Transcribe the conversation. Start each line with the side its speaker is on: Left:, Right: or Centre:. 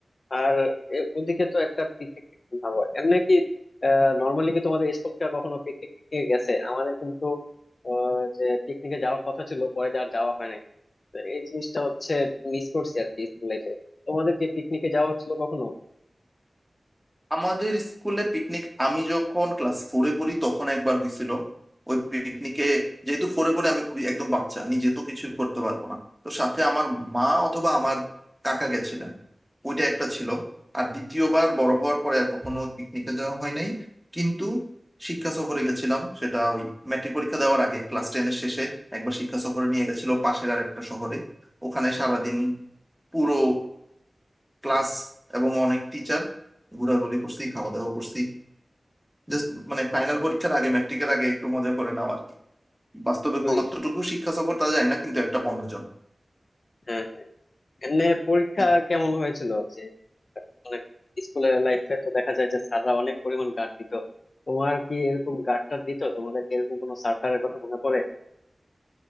Left: আর এ- ওদিকে তো একটা পিকনিক টিকনিক ভাবো এমনি কি নর্মালি কি তোমাদের স্কুল থেকে কখনো পিকনিক টিকনিকে গেছে আমাদের কিন্তু আহ, যে পিকনিকে যাওয়ার কথা ছিল পরে আর যাওয়া হয় না তো এই জিনিসটা হচ্ছে মিস করছি আর কি স্কুল লাইফে তোমাদের কি পিকনিকে যাওয়া হয়েছিল কখনো
Centre: আমাদের স্কুলে পিকনিক আমি যখন ক্লাস ফোরে পড়ি তখন একবার হয়েছিল ওই পিকনিকে যেহেতু ফোরে পড়ে আমি খুবই একদম বাচ্চা নিজে তো কিছু করতে পারবো না তো সাথে আমার মা অথবা আমার কাকা গেছিলেন ওইটা একটা ছিল আর দ্বিতীয়বার বড় হওয়ার পরে আর কখনো পিকনিকে যাওয়া হয় নাই কিন্তু শিক্ষা সফরে গেছিলাম সেটা ওই ম্যাট্রিক পরীক্ষা দেওয়ার আগে ক্লাস টেনের শেষে একবার শিক্ষা সফরে নিয়ে গেছিল পাশের আর একটা শহরে ওখানে সারাদিন পুরো ক্লাস এবং অনেক টিচার ঘোরাঘুরি করছি খাওয়া দাওয়া করছি জাস্ট মানে ফাইনাল পরীক্ষার আগে ম্যাট্রিকের আগে একটু মজা করে নেওয়া আর কি বাস্তবে
Left: ওই
Centre: কতটুকু শিক্ষা সফর তা জানি না কিন্তু একটা বন্ধজন
Left: হ্যাঁ হ্যাঁ এমনি পরীক্ষা
Centre: হ্যাঁ
Left: কেমন হয়েছিল যে অনেক স্কুলের লাইফে তো দেখা যায় যে স্যাররা অনেক পরিমাণ গার্ড দিত তোমার কি এরকম গার্ডটা দিত তোমাদেরকে এরকম কোনো স্যার কথা মনে পড়ে